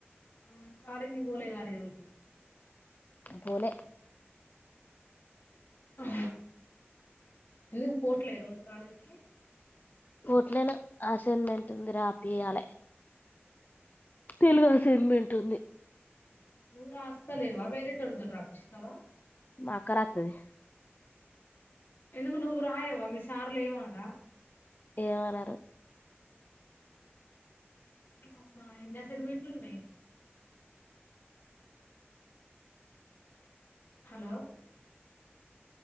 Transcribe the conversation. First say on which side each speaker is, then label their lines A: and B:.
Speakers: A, on the left; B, on the left.
A: ఆ కాలేజీకి పోలేదారా ఈరోజు
B: పోలే
A: అ ఎందుకు పోట్లే రోజు కాలేజ్ కి
B: పోట్లేను అసైన్మెంట్ ఉంది రాపియాలే తెలుగు అసెట్మెంట్ ఉంది
A: నువ్ రాస్తలేవా వేరే టోల్తోని రాప్ స్తవా
B: మాక్క రాత్తది
A: ఎందుకు నువ్వు రాయవ మీ సార్లు ఏమనరా
B: ఏమనరు
A: అవునా ఎన్ని అసైన్మెంట్లు ఉన్నాయి హలో